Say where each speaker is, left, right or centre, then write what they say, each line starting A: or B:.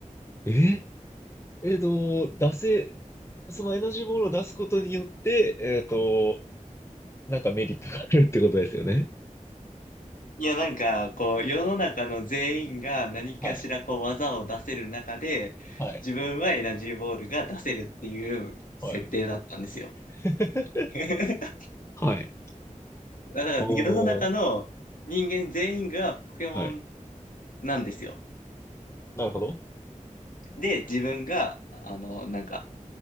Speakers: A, on the left; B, on the left.
A: ええっと、出せ、そのエナジーボールを出すことによって、えっと、なんかメリットがあるってことですよね。
B: いや、なんか、こう、世の中の全員が何かしらこう技を出せる中で、
A: はい。はい。
B: 自分はエナジーボールが出せるっていう設定だったんですよ。
A: はい。<laughs>
B: <laughs> だ
A: はい。
B: から世の中の人間全員がポケモン
A: おー。はい。
B: なんですよ。
A: なるほど。
B: で、自分が、あの、なんか、